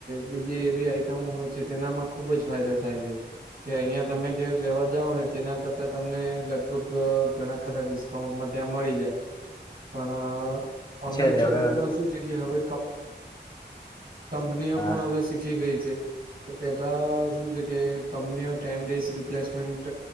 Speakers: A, on the right; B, on the left.
A: બીજી એવી આઈટમો હોય છે તેનામાં ખુબ જ ફાયદો થાય છે કે અહિયાં તમે જે લેવા જાવ ને તેના કરતા તમને લગભગ ઘણા ખરાિ ઉ ત્યાં મળી જાય પણ ઓનલાઈન
B: છે જ
A: શોપિંગમાં
B: હવે
A: શું છે કે હવે કંપનીઓ
B: હા
A: પણ હવે શીખી ગઈ છે કે પેલા શું છે કે કંપનીઓ ટેન ડેઝ રિપ્લેસમેન્ટ